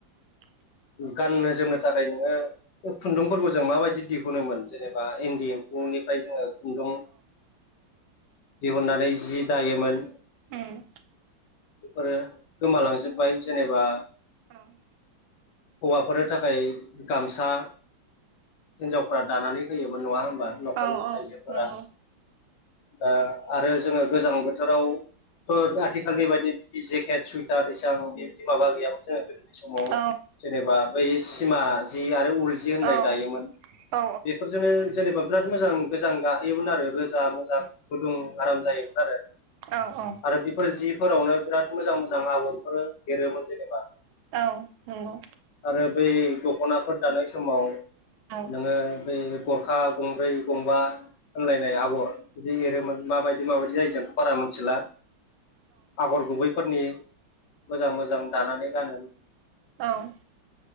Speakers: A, on the right; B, on the left.
A: <inaudible>
B: गाननो जोमनो थाखाय नोङो खुनदुंफोरखौ जों माबायदि दिहुनोमोन जेनेबा इनदि न'निफ्राय जोङो खुनदु दिहुननानै जि दायोमोन।
A: ओम
B: बेफोरो गोमालांजोबाय जेनेबा
A: ओम
B: हौवाफोरनि थाखाय गामसा हिनजावफ्रा दानानै होयोमोन नङा होन बा न'खरनि
A: औ
B: आइजोफोरा
A: नंगौ
B: ओ आरो जोङो गोजां बोथोराव थ' आथिखालनि बायदि बिदि जेकेट सुइटार सिगाङाव बेबादि माबा गैयामोन जो गोदोनि समाव
A: औ
B: जेनेबा बै सिमा जि आरो उल सि होननाय
A: औ
B: दायोमोन
A: औ
B: बेफोरजोंनो जेनेबा बिराद मोजां गोजां गाहोयोमोन आरो रोजा मोजां गुदुं आराम जायोमोन आरो।
A: औ औ औ
B: आरो बेफोर जिफोरावनो बिराद मोजां मोजां आगरफोर एरोमोन जेनेबा
A: औ नोंंगौ
B: आरो बै दख'नाफोर दानाय समाव
A: औ
B: नोङो बै गरखा गंब्रै गंबा होनानलायनाय आगर बिदि एरोमोन माबायदि माबायदि जायो जोंथ' बारा मिथिला आगर गुबैफोरनि मोजां मोजां दानानै गानो।
A: औ